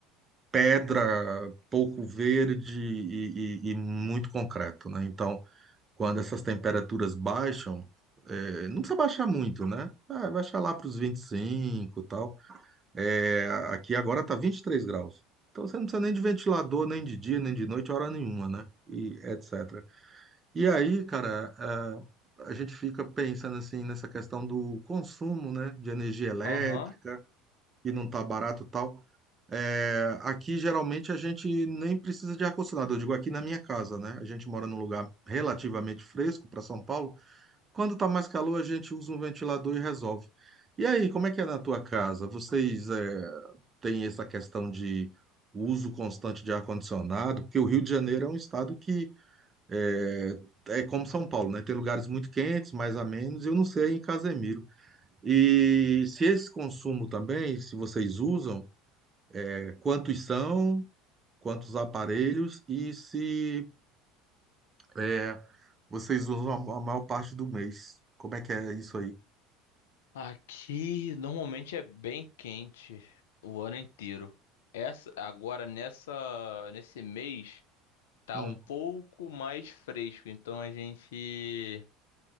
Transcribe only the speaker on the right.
Pedra, pouco verde e, e e muito concreto, né? Então, quando essas temperaturas baixam, é, não precisa baixar muito, né? Ah, baixar lá para os 25 e cinco e tal. É, aqui agora tá 23 graus. Então você não precisa nem de ventilador, nem de dia, nem de noite, hora nenhuma, né? E etc. E aí, cara, ah, a gente fica pensando assim nessa questão do consumo, né? De energia elétrica,
que não tá barato e tal. É, aqui geralmente a gente nem precisa de ar-condicionado. Eu digo aqui na minha casa, né? A gente mora num lugar relativamente fresco para São Paulo, quando tá mais calor, a gente usa um ventilador e resolve. E aí, como é que é na tua casa? Vocês eh, têm essa questão de uso constante de ar-condicionado? Porque o Rio de Janeiro é um estado que eh, é, como São Paulo, né? Tem lugares muito quentes, mais a menos. Eu não sei em Casemiro. E se esse consumo também, se vocês usam, eh, quantos são, quantos aparelhos e se eh, vocês usam a a maior parte do mês? Como é que é isso aí?
Hum,